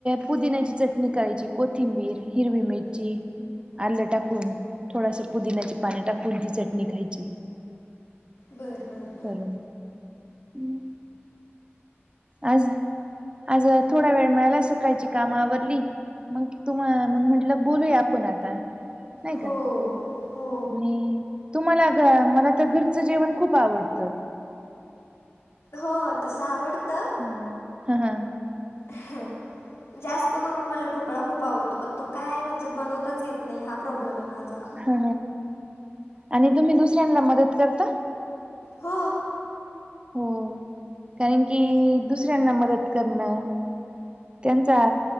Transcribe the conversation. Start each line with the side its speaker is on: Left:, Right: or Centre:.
Right: पुदिन्याची चटणी करायची कोथिंबीर, हिरवी मिरची. आलं टाकून, थोडस पुदिन्याची पाने टाकून ती चटणी खायची.
Left: बर बर.
Right: करून. हम. आज आज थोडा वेळ मिळाला सकाळची काम आवरली मग की तुम्हाला मग म्हटलं बोलूया आपण आता. नाही
Left: हो
Right: का?
Left: हो
Right: मी तुम्हाला मला तर घरचं जेवण खूप आवडतं.
Left: हो तसं आवडतं
Right: हा हां हां.
Left: ह जास्त त करून मला ढोकळा खूप आवडतो, पण तो काय म्हणजे बनवताच येत नाही हा प्रॉब्लेम आहे माझा
Right: ह आणि तुम्ही दुसऱ्यांनला मदत करता?
Left: हां.
Right: हो कारण की दुसऱ्यांना मदत करणं त्यांचा